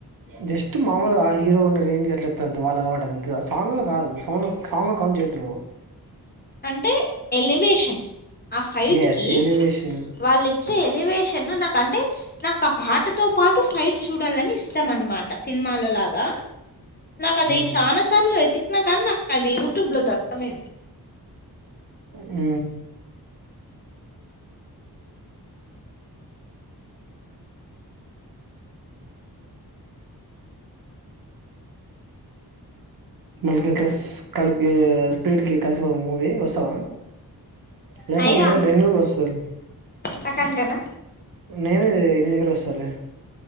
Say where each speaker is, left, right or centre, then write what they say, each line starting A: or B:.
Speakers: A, on the right (about 60°); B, on the left (about 25°).
A: జస్ట్ మామూలుగ ఆ హీరో ఉన్న రేంజ్ కి అట్ల చెప్తదంతే, వాళ్ళ అలవాటదంతే ఆ సాంగ్ లో కాదు సౌండ్ సాంగ్ కౌంట్ చేయెద్దు నువ్వు
B: అంటే ఎలివేషన్ ఆ ఫైట్
A: ఎస్
B: కి
A: ఎలివేషన్
B: వాళ్ళ ఇచ్చే ఎలివేషన్ నాక్ అంటే నాకు ఆ పాటతో పాటు, ఫైట్ చూడాలని ఇష్టం అన్నమా సినిమాలో లాగా నాకు అది
A: ఆ
B: చానా సార్లు ఏతికినా కానీ నాకు అది యూట్యూబ్ లో దొరకు కలేదు
A: ఉ మళకి ఎట్లా కలిసి స్పీడ్ కి కలిసిపోదాం మూవీ కి వస్తావా లేకుంటే
B: అయ్యో
A: నేనే బెంగుళూరు వస్తల
B: అంత కంటేనా
A: నేను నీ దగ్గర వస్తాలె